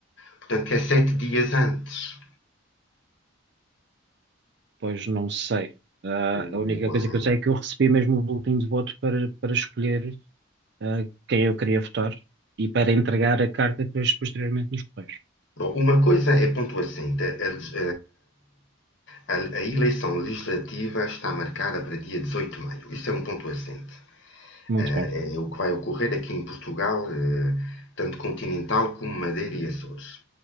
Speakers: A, on the left; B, on the right.
A: Portanto, é sete dias antes.
B: pois não sei. Ah,
A: O,
B: a única
A: ah,
B: coisa que eu sei é que eu recebi mesmo o boletim de voto para, para escolher. eh, quem eu queria votar e para entregar a carta depois posteriormente nos correios.
A: Bom, Uma coisa é pontuacente. A, legis- a- a- a eleição legislativa está marcada para dia 18 de maio. Isso é um ponto assente.
B: Muito
A: Eh,
B: bem,
A: É o que vai ocorrer aqui em Portugal, eh, tanto continental como Madeira e Açores.